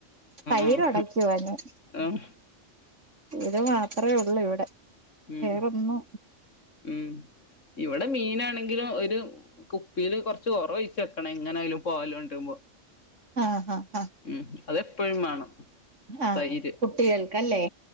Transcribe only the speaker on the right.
തൈര്
ഉടക്കുവാ ഞാൻ
അത് മാത്രമേ ഉള്ളു ഇവിടെ
വേറൊന്നു
ആഹ് ആ
ആഹ്
കുട്ടികൾക്കല്ലേ